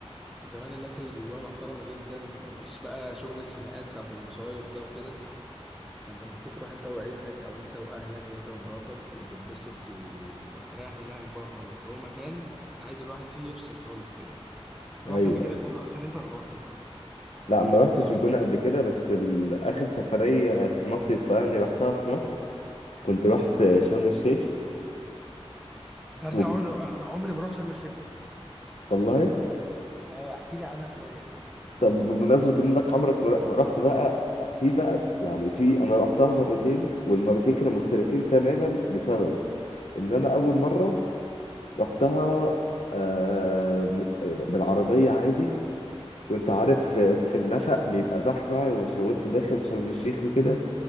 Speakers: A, in the centre; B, on the left (about 85°).
A: وكمان الناس اللي جواه محترمه جدا ومفيش بقى شغل الخناقات بتاعت المصايف ده وكده فانت ممكن تروح انت وعيلتك او انت واهلك انت ومراتك وتتبسط و- وهتريح دماغك بقى خالص هو مكان عايز الواحد فيه يفصل خالص كده رحت
B: ايوه
A: قبل كده
B: ايوه
A: الجونه اصلا انت ولا ما رحتش
B: لا ما رحتش الجونة قبل كده بس ال- اخر سفرية مصيف يعني رحتها في مصر كنت رحت شرم الشيخ
A: انت عارف
B: وب...
A: انا عمري انا عمري ما رحت شرم الشيخ اصلا
B: والله
A: اه احكي لي عنها شويه دي
B: طب بمناسبة انك عمرك ما ما رحت بقى في بقى يعني في انا رحتها مرتين والمرتين كانوا مختلفين تماما لسبب ان انا اول مرة رحتها آه، م- بالعربية عادي وانت عارف آه، في النفق بيبقى زحمة وش- وانت داخل شرم الشيخ وكده